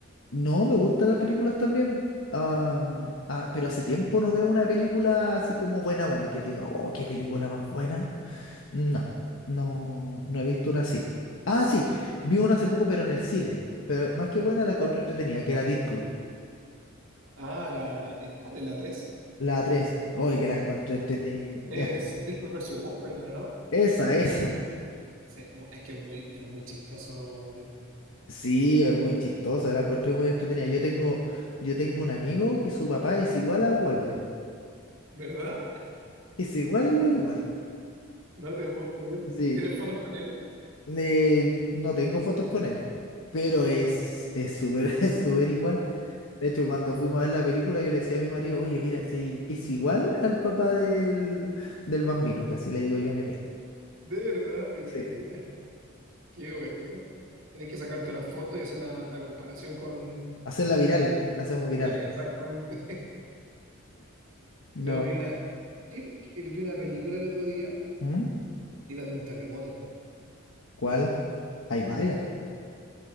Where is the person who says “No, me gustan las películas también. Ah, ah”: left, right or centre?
Left